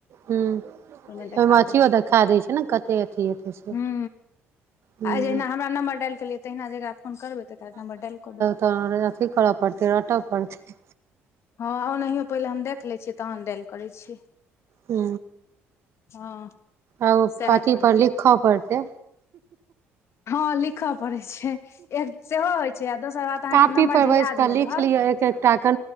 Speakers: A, on the right; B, on the left.
A: हूँ
B: ओइमे देखा
A: ओहिमे अथियो
B: देत
A: देखा दै छै ने कते अथी हेतै से
B: हूँ
A: हूँ
B: आ जहिना हमर नम्बर डाइल केलियै तहिना जकरा फोन करबै तकरा नंबर डायल कऽ देबै
A: त अथी करऽ पड़त रटअ पड़ते
B: हँ ओनाहियो पहिले हम देख लै छियै तहन डाइल करै छियै
A: हू
B: हँ
A: आ ओ
B: सएह
A: अथी
B: करै
A: पर
B: छी
A: लिखअ पड़तै
B: हँ लिखअ परै छै सेहो होइ छै दोसर बात
A: कापी
B: अहाँके
A: पर बैस
B: जे याद
A: कऽ
B: नहि
A: लिख
B: रहल
A: लिअ एक एकटा के